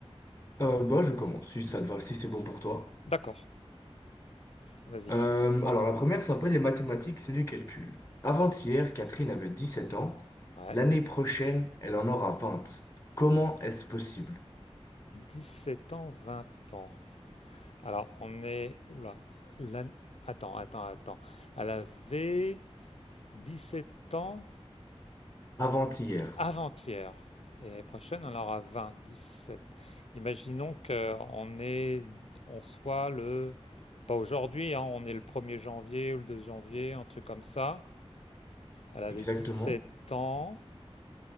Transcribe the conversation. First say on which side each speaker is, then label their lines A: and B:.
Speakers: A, on the left; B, on the left.
A: euh, bah, je commence, si ça te va, si c'est bon pour toi.
B: D'accord, vas-y.
A: Euh, alors, la première, c'est un peu des mathématiques, c'est du calcul. Avant-hier,
B: Ah,
A: Catherine avait 17 ans.
B: ouais.
A: L'année prochaine, elle en aura vingt. Comment est-ce possible?
B: 17 ans, 20 ans. Alors, on est... Oula. l'an- Attends, attends, attends. Elle avait 17 ans
A: Avant-hier.
B: Avant-hier. Et l'année prochaine, on en aura 20, 17. Imaginons qu'on est, on soit le, pas aujourd'hui, hein, on est le 1er janvier ou le 2 janvier, un truc comme ça. Elle avait
A: Exactement.
B: 17 ans.